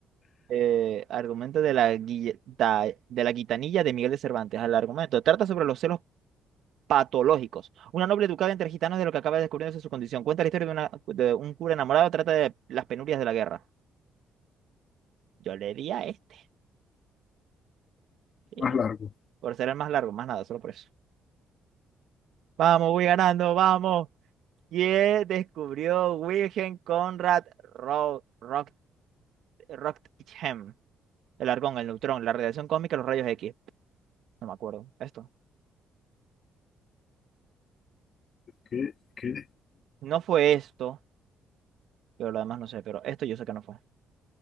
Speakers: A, on the right (about 75°); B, on the left (about 50°).
A: Eh, argumento de la, guille- da- de la gitanilla de Miguel de Cervantes. Al argumento. Trata sobre los celos patológicos. Una noble educada entre gitanos de lo que acaba descubriéndose su condición. Cuenta la historia de, una, de un cura enamorado. Trata de las penurias de la guerra. Yo le di a este. Sí,
B: Más
A: pero
B: largo.
A: por ser el más largo, más nada, solo por eso. Vamos, voy ganando, vamos. ¿Quién descubrió Wilhelm Conrad Ro- Rock- Roentgen? El argón, el neutrón, la radiación cósmica, los rayos X. No me acuerdo. Esto.
B: ¿Qué? ¿Qué?
A: No fue esto. Yo lo demás no sé, pero esto yo sé que no fue.